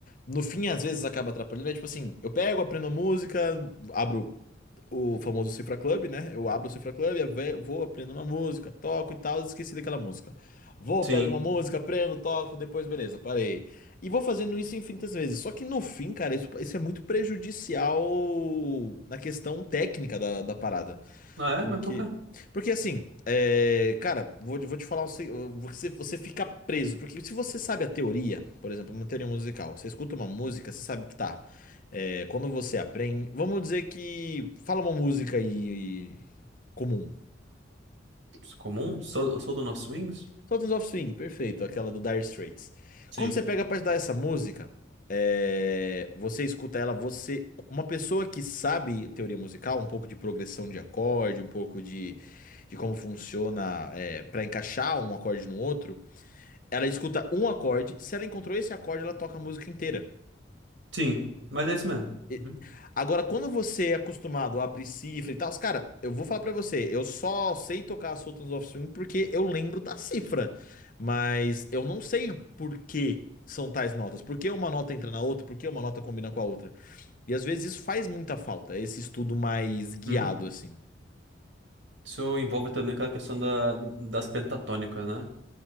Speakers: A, on the left; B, on the right.
A: no fim, às vezes acaba atrapalhando, é tipo assim, eu pego, aprendo a música, abro o famoso Cifra Club, né? Eu abro o Cifra Club, eu ve- vou, aprendo uma música, toco e tal, esqueci daquela música. Vou,
B: Sim.
A: pego uma música, aprendo, toco, depois beleza, parei. E vou fazendo isso infinitas vezes. Só que no fim, cara, isso, isso é muito prejudicial na questão técnica da, da parada.
B: Ah,
A: Porque,
B: é? Mas por quê?
A: porque assim, é, cara, vou, vou te falar, um se- você, você fica preso. Porque se você sabe a teoria, por exemplo, uma teoria musical, você escuta uma música, você sabe, tá. É, quando você aprende. Vamos dizer que. Fala uma música aí comum.
B: Isso é comum? Sol- Solta nos swings?
A: Sultans of Swing, perfeito, aquela do Dire Straits.
B: Sim.
A: Quando você pega pra estudar essa música, é, você escuta ela, você. Uma pessoa que sabe teoria musical, um pouco de progressão de acorde, um pouco de, de como funciona é, para encaixar um acorde no outro, ela escuta um acorde, se ela encontrou esse acorde, ela toca a música inteira.
B: Sim. Mas é isso mesmo.
A: E-
B: Uhum.
A: Agora, quando você é acostumado a abrir cifra e tal, os cara, eu vou falar pra você, eu só sei tocar Sultans of Swing porque eu lembro da cifra, mas eu não sei por que são tais notas, por que uma nota entra na outra, por que uma nota combina com a outra. E às vezes isso faz muita falta, esse estudo mais guiado
B: Uhum.
A: assim.
B: Isso envolve também aquela questão da, das pentatônicas, né?